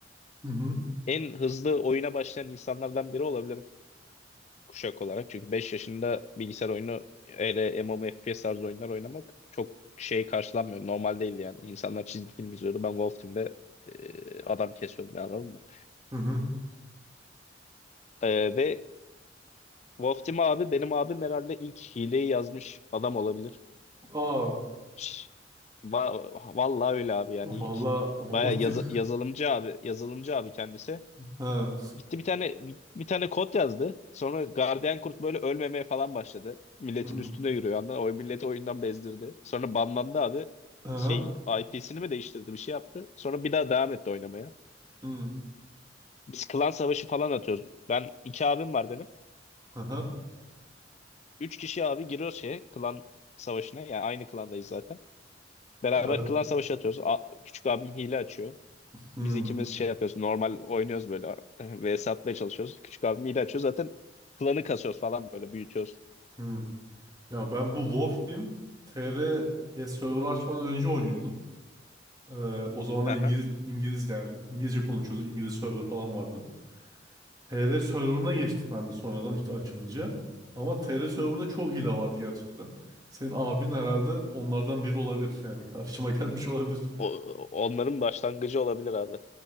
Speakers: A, on the right; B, on the left.
A: hı hı.
B: en hızlı oyuna başlayan insanlardan biri olabilirim. kuşak olarak. Çünkü 5 yaşında bilgisayar oyunu öyle MMO FPS tarzı oyunlar oynamak çok şey karşılanmıyor. Normal değil yani. İnsanlar çizgi film izliyordu. Ben Wolf Team'de e, adam kesiyordum yani anladın mı?
A: hı hı.
B: E, ve Wolf Team abi benim abim herhalde ilk hileyi yazmış adam olabilir.
A: Aa
B: Şş, va- vallahi öyle abi yani
A: valla
B: ilk
A: Wolf
B: baya
A: Team.
B: yazılımcı abi yazılımcı abi kendisi.
A: <laughs> Ha.
B: Gitti bir tane bir tane kod yazdı. Sonra gardiyan kurt böyle ölmemeye falan başladı. Milletin
A: Hı hı.
B: üstüne yürüyor. Anladın mı? O milleti oyundan bezdirdi. Sonra banlandı abi.
A: Aha.
B: Şey IP'sini mi değiştirdi bir şey yaptı. Sonra bir daha devam etti oynamaya.
A: Hı.
B: Biz klan savaşı falan atıyoruz. Ben iki abim var benim.
A: Aha.
B: Üç kişi abi giriyoruz şeye klan savaşına. Yani aynı klandayız zaten. Beraber
A: Evet.
B: klan savaşı atıyoruz. A- küçük abim hile açıyor.
A: Hı.
B: Biz ikimiz şey yapıyoruz. Normal oynuyoruz böyle. <laughs> Ve satmaya çalışıyoruz. Küçük abim hile açıyor. Zaten klanı kasıyoruz falan böyle büyütüyoruz.
A: Hı. Ya ben bu Wolf Team TR'ye server açmadan önce oynuyordum. Ee, o zamanlar
B: Haha.
A: İngiliz, İngiliz yani İngilizce konuşuyorduk. İngiliz server falan vardı. TR server'ına geçtik ben de sonradan işte açılınca. Ama TR server'ına çok hile vardı gerçekten. Senin abin herhalde onlardan biri olabilir yani karşıma <laughs> gelmiş olabilir.
B: O, onların başlangıcı olabilir abi.